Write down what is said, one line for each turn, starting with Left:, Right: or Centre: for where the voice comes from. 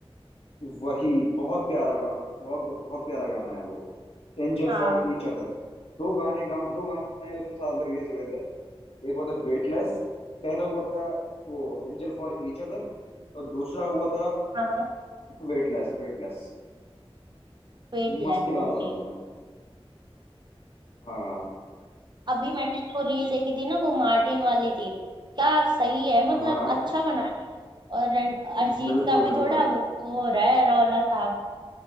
Left: वही बहुत प्यारा गाना बहुत बहुत प्यारा गाना है वो एंजल
Right: हाँ
Left: फॉर ईच अदर दो गाने गा दो गाने उसके साथ रिलीज हुए थे एक हुआ था वेटलेस पहला हुआ था वो एंजल फॉर ईच अदर और दूसरा हुआ था
Right: हाँ हाँ
Left: वेटलेस वेटलेस
Right: Weightless
Left: मस्त गाना
Right: okay
Left: था दोनों हाँ
Right: अभी मैंने जो रील देखी थी ना वो मार्टिन वाली थी क्या सही है मतलब
Left: हाँ
Right: अच्छा बना दिया और रण- अरिजीत
Left: बिल्कुल
Right: का भी
Left: बिल्कुल
Right: थोड़ा वो वो हो रहा है रौला साहब